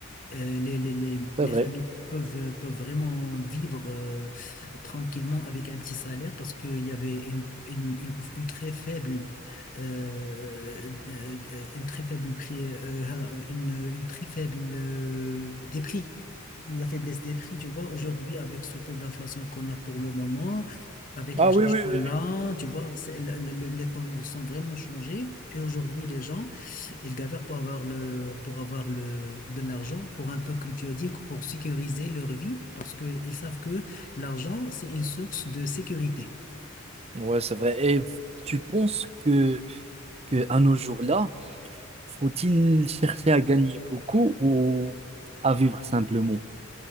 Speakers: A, on the left; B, on the right.
A: euh, les, les, les,
B: c'est
A: les
B: vrai.
A: familles peuvent, euh, peuvent vraiment vivre euh, tranquillement avec un petit salaire parce qu'il y avait une, une, une, une très faible, euh, euh, une très faible prix, euh, une, une très faible euh, des prix. La faiblesse des prix, tu vois, aujourd'hui, avec ce taux d'inflation qu'on a pour le moment, avec
B: Ah
A: les
B: oui,
A: charges
B: oui,
A: qu'on
B: oui,
A: a, tu vois, c'est- le- le- le- les temps sont vraiment changés. Et aujourd'hui, les gens ils galèrent pour avoir le, pour avoir le, de l'argent, pour un peu, comme tu as dit, pour sécuriser leur vie, parce qu'ils savent que l'argent, c'est une source de sécurité.
B: oui. Ouais, c'est vrai. Et tu penses que, que à nos jours-là, faut-il chercher à gagner beaucoup ou à vivre simplement?